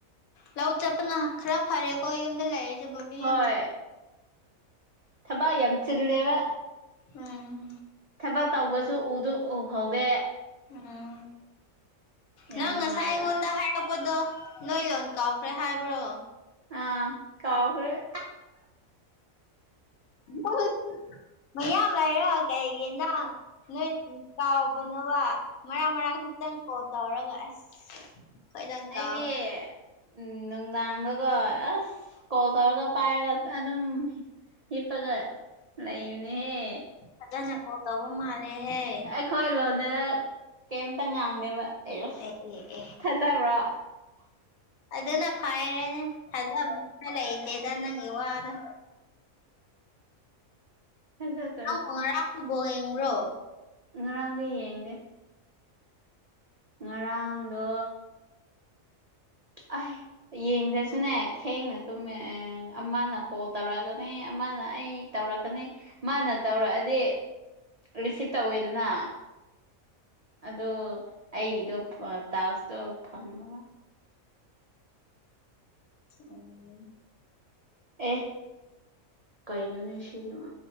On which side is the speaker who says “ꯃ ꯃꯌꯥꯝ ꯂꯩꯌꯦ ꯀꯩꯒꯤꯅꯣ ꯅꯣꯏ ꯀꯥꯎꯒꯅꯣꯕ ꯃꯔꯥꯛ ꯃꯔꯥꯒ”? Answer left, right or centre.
Left